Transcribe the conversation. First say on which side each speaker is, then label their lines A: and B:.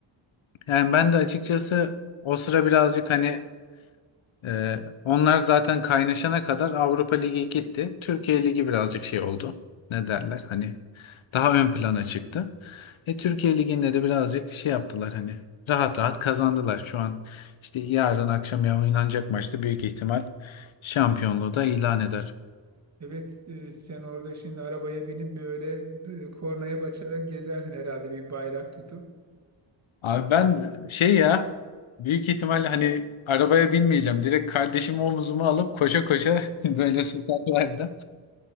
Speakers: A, on the left; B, on the right.
A: Yani ben de açıkçası o sıra birazcık hani e, onlar zaten kaynaşana kadar Avrupa Ligi gitti. Türkiye Ligi birazcık şey oldu. Ne derler hani daha ön plana çıktı. E, Türkiye Ligi'nde de birazcık şey yaptılar hani rahat rahat kazandılar. Şu an işte yarın akşam oynanacak maçta büyük ihtimal şampiyonluğu da ilan eder.
B: Evet e, sen orada şimdi arabaya binip böyle e, kornaya basarak gezersin herhalde bir bayrak tutup.
A: Abi ben e, şey ya büyük ihtimalle hani arabaya binmeyeceğim. Direkt kardeşimi omuzuma alıp koşa koşa <laughs> böyle sokaklarda.